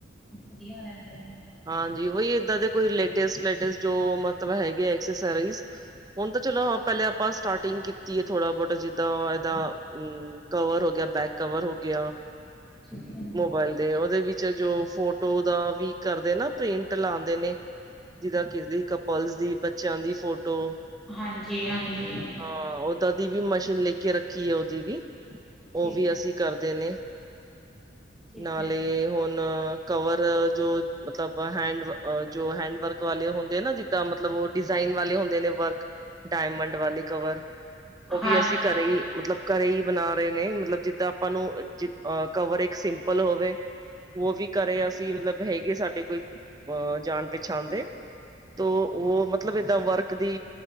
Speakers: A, in the centre; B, on the right.
A: ਵਧੀਆ ਰਹਿੰਦੇ ਨੇ।
B: ਹਾਂਜੀ ਓਹੀ ਏਦਾ ਦੇ ਕੋਈ ਲੇਟੇਸਟ ਲੇਟੇਸਟ ਜੋ ਮਤਲਬ ਹੈਗੇ ਅਕਸਸੋਰੀਜ਼ ਹੁਣ ਤਾਂ ਚਲੋ ਪਹਿਲੇ ਆਪਾਂ ਸਟਾਰਟਿੰਗ ਕੀਤੀ ਏ, ਥੋੜਾ ਬਹੁਤਾ ਜਿੱਦਾਂ ਇਹਦਾ ਹੂ, ਕਵਰ ਹੋ ਗਿਆ, ਬੈਕ ਕਵਰ ਹੋ ਗਿਆ,
A: ਠੀਕ ਹੈ ਜੀ।
B: ਮੋਬਾਇਲ ਦੇ ਉਹਦੇ ਵਿੱਚ ਵਿੱਚ ਜੋ ਫੋਟੋ ਦਾ ਵੀ ਕਰਦੇ ਨਾ ਪ੍ਰਿੰਟ ਲਾਂਦੇ ਨੇ, ਜਿਦਾਂ ਕਿਸੇ ਦੀ ਕਪਲ ਦੀ, ਬੱਚਿਆਂ ਦੀ ਫੋਟੋ
A: ਹਾਂਜੀ ਹਾਂਜੀ।
B: ਹਾਂ, ਓਦਾਂ ਦੀ ਵੀ ਮਸ਼ੀਨ ਲੈਕੇ ਰੱਖੀ ਆ ਉਹਦੀ ਵੀ ਉਹ
A: ਠੀਕ
B: ਵੀ
A: ਹੈ
B: ਅਸੀਂ ਕਰਦੇ ਨੇ,
A: ਠੀਕ
B: ਨਾਲੇ
A: ਹੈ
B: ਹੁਣ ਕਵਰ ਜੋ ਮਤਲਬ ਹੈਂਡ ਜੋ ਹੈਂਡ ਵਰਕ ਵਾਲੇ ਹੁੰਦੇ ਨਾ ਜਿੱਦਾਂ ਮਤਲਬ ਉਹ ਡਿਜ਼ਾਇਨ ਵਾਲੇ ਹੁੰਦੇ ਨੇ ਵਰਕ, ਡਾਇਮੰਡ ਵਾਲੇ ਕਵਰ ਉਹ
A: ਹਾਂਜੀ
B: ਵੀ ਅਸੀਂ ਘਰੇ ਮਤਲਬ ਘਰੇ ਹੀ ਬਣਾ ਰਹੇ ਨੇ, ਮਤਲਬ ਜਿੱਦਾਂ ਆਪਾਂ ਨੂੰ ਜ ਅ ਕਵਰ ਇੱਕ ਸਿੰਪਲ ਹੋਵੇ ਉਹ ਵੀ ਘਰੇ ਅਸੀਂ ਮਤਲਬ ਹੈਗੇ ਸਾ ਹੈਗੇ ਕੋਈ ਅਹ ਜਾਣ ਪਛਾਣਦੇ ਦੇ, ਉਹ ਮਤਲਬ ਏਦਾਂ ਵਰਕ ਦੀ